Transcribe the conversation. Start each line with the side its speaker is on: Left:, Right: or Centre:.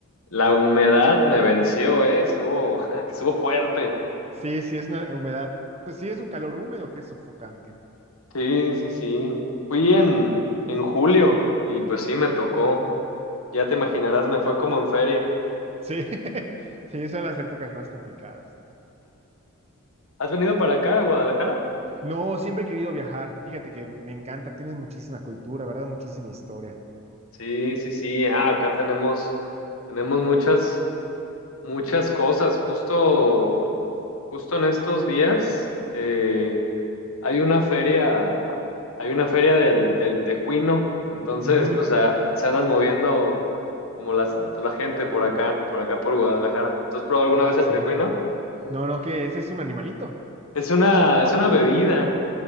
Left: la humedad me venció, ¿eh? Estuvo, <laughs> estuvo fuerte.
Right: Sí, sí, es una humedad. Pues sí, es un calor húmedo que es sofocante.
Left: Sí, sí, sí. Fui en, en julio y pues sí, me tocó. Ya te imaginarás, me fue como en feria.
Right: Sí, <laughs> sí, son las épocas más complicadas.
Left: ¿Has venido para acá, a Guadalajara?
Right: No, siempre he querido viajar. Fíjate que me me encanta, tienes muchísima cultura, ¿verdad? Muchísima historia.
Left: Sí, sí, sí. Ah, acá tenemos, tenemos muchas, muchas cosas. Justo, justo en estos días eh, hay una feria, hay una feria del, del Tejuino. Entonces,
Right: Ujú.
Left: pues a- se andan moviendo como las, pues, la gente por acá, por acá por Guadalajara. ¿Tú has probado alguna
Right: Ah,
Left: vez
Right: excelente.
Left: el Tejuino?
Right: No, no, que ese es un animalito.
Left: Es una, es una bebida,